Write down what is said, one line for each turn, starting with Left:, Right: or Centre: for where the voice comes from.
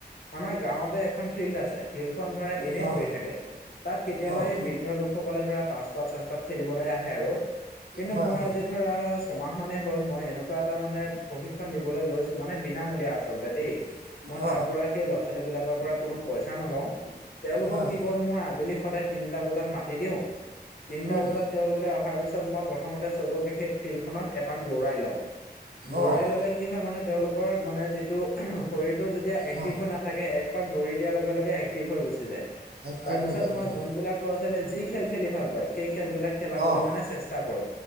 Left: আমাৰ গাঁৱতে এখন ফিল্ড আছে, ফিল্ডখন ধৰা এনেই
Right: হয় অ
Left: পৰি থাকে তাত কেতিয়াবা
Right: অ',
Left: এই বৃদ্ধলোক সকলে ধৰা তাচপাত-চাচপাত খেলিবলৈ আহে আৰু কিন্তু
Right: হয়,
Left: মোৰ
Right: হয়,
Left: আজি ধৰা ছমাহ মানে হ'ল মই এনেকুৱা এটা মানে প্ৰশিক্ষণ দিবলৈ লৈছো মানে বিনামূলীয়া আচলতে দেই।
Right: <unintelligible>
Left: মই তাৰ পৰা সেই ল'ৰা-ছোৱালীবিলাকৰ পৰা কোনো পইচা নলওঁ তেওঁলোকক
Right: হয়,
Left: কি কৰো মই আবেলি সদায় তিনিটা বজাত মাতি দিওঁ তিনটা
Right: উম,
Left: বজাত তেওঁলোকে অহাৰ পিছত মই প্ৰথমতে চবকে সেই ফিল্ডখনত এপাক দৌৰাই লও। দৌৰাই
Right: অ',
Left: ল'লে কি হয় মানে তেওঁলোকৰ মানে যিটো শৰীৰটো যেতিয়া এক্টিভ
Right: হয়।
Left: হৈ নাথাকে, এক পাক দৌৰি দিয়াৰ লগে লগে এক্টিভ হৈ গুচি যায়।
Right: এক্টিভ
Left: তাৰপিছত
Right: হৈ যাব
Left: মই
Right: হয়,
Left: যোনবিলাক ল'ৰা-ছোৱালীয়ে যি খেল খেলি ভাল পায়, সেই খেলবিলাক খেলাবলৈ
Right: অ',
Left: মানে চেষ্টা কৰো।